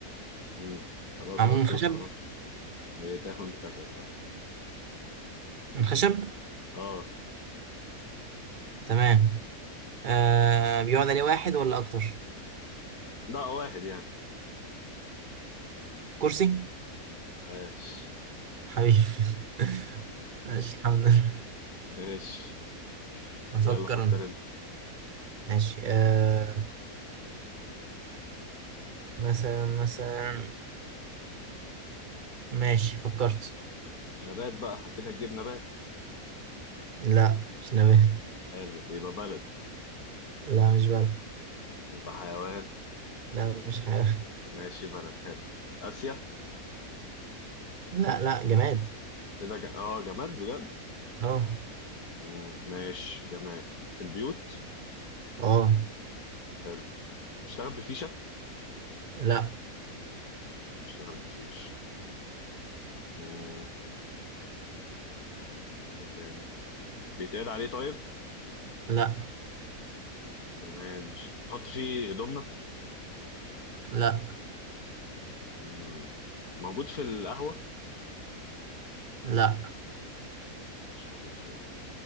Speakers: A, on the left; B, on the right.
A: مم. خلاص
B: معمول
A: عرفت
B: من
A: توصل
B: خشب
A: اهو بتاخد خشب صح
B: من خشب
A: اه
B: تمام آه بيقعد عليه واحد ولا أكتر
A: ده واحد يعني
B: كرسي
A: عاش
B: حبيبي <laughs> ماشي الحمد لله
A: ماشي
B: بفكر
A: يلا فكر
B: أنا
A: انت
B: ماشي آه مثلا مثلا ماشي فكرت
A: نبات بقى كده تجيب نبات
B: لا مش نبات
A: حلو يبقى بلد
B: لا مش بلد
A: يبقى حيوان
B: لا مش حيوان
A: ماشي بلد حلو آسيا
B: لا لا جماد
A: كده ج... اه جماد بجد
B: اه
A: مم. ماشي جماد في البيوت
B: اه
A: حلو اشتغل بفيشة
B: لا
A: اشتغل بفيش مم. ايه تاني بيتقعد عليه طيب
B: لا
A: جماد مش نحط فيه هدومنا
B: لا
A: مم. موجود في القهوة
B: لا
A: مش موجود في القهوة